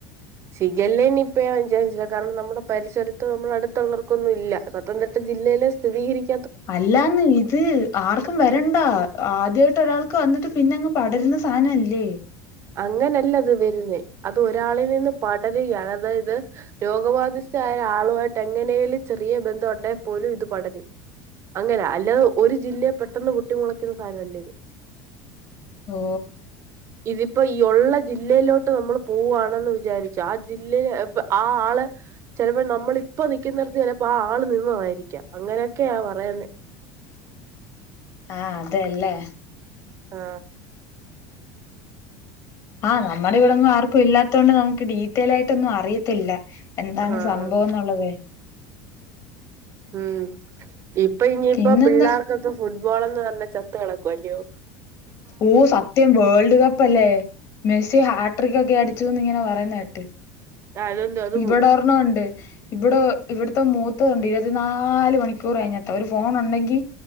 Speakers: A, on the right; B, on the left.
A: ശിഖല്ലേ നിപ്പേ പഞ്ചഞ്ച കാരണം നമ്മുടെ പരിസരത്ത് നമ്മൾ അടുത്തുള്ളർക്കൊന്നും ഇല്ല പത്തനംതിട്ട ജില്ലയിലെ സ്ഥിരീകരിക്ക
B: അല്ലാന്ന് ഇത് ആർക്കും വരണ്ടാ ആദ്യാ ഒരാൾക്ക് വന്നിട്ട് പിന്നെ ങ്ങ് പടരുന്ന സാധനല്ലേ
A: അങ്ങനെയല്ല അത് വരുന്നേ അത് ഒരാളിൽ നിന്ന് പടര്കയാണ് അതായത് രോഗബാധിസ്ഥായ ആളു ആയിട്ട് എങ്ങനെലും ചെറിയ ബന്ധം ഉണ്ടേ പോലും ഇത് പടരും അങ്ങനാ അല്ലാതെ ഒരു ജില്ലയിൽ പെട്ടെന്ന് പൊട്ടിമുളക്കുന്ന സാധനല്ല ഇത്
B: ഓ
A: ഇതിപ്പോ ഈ ഒള്ള ജില്ലയിലേട്ട് നമ്മള് പോവാണെന്ന് വിചാരിച്ച ആ ജില്ലേ അഹ ആ ആള് ചെലപ്പോ നമ്മള് ഇപ്പം നിക്ക്‌ണോട്ത്ത് ചെലപ്പോ ആ ആള് നിന്നതായിരികാം അങ്ങനെക്കെ പറയുന്നേ
B: ആ അതെ ല്ലേ
A: ആ
B: ആ നമ്മളവിടെന്നും ആർക്കും ഇല്ലാത്തോണ്ട് നമ്മു ഡീറ്റെയിലായിട്ട് ഒന്നും അറിയത്തില്ല എന്താണ്
A: ആഹ്
B: സംഭവം എന്നുള്ളത്
A: ഉം ഇപ്പ ഇനിപ്പം
B: പിന്നെന്താ
A: പിള്ളേർക്കൊക്കെ ഫുഡ്‌ ഫുട്ബോൾ എന്ന് പറഞ്ഞാൽ ചത്തുകിടക്കുമല്ലോ
B: ഊ സത്യം വേൾഡ് കപ്പല്ലേ മെസ്സി ആട്രിക്ക്‌ ഒക്കെ അടി റ്റൂ ന്ന് പറയണ കേട്ട്
A: അതെന്താ അത്
B: ഇവടെ ഒറെണ്ണം ഉണ്ട് ഇവടെ ഇവിട്ത്തെ മൂത്തത്ണ്ട് ഇരുവത്തി നാല് മണിക്കൂറും അയിനകത്ത ഒരു ഫോണുണ്ടെങ്കിൽ